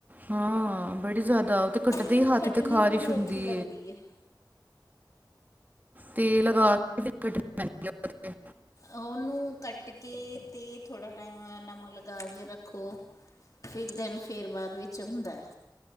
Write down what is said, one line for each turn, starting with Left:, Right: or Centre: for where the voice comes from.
Right: ਹਾਂ ਬੜੀ ਜ਼ਿਆਦਾ, ਉਹ ਤੇ ਕੱਟਦੇ
Left: ਮੈਨੂੰ
Right: ਹੀ ਹੱਥ
Left: ਕੱਟਣੀ
Right: ਤੇ ਖ਼ਾਰਿਸ਼
Left: ਵੀ ਬੜੀ
Right: ਹੁੰਦੀ।
Left: ਔਖੀ ਲੱਗਦੀ ਹੈ
Right: ਤੇ ਲਗਾ ਕੇ, ਤੇ ਕਟਣੀ ਪਹਿਦੀ ਐ
Left: ਉਹਨੂੰ ਕੱਟ ਕੇ ਤੇ ਥੋੜ੍ਹਾ ਟਾਈਮ, ਨਮਕ ਲਗਾ ਕੇ ਰੱਖੋ ਫਿਰ ਦਿਨ, ਫੇਰ ਬਾਅਦ ਵਿੱਚ ਹੁੰਦਾ ਹੈ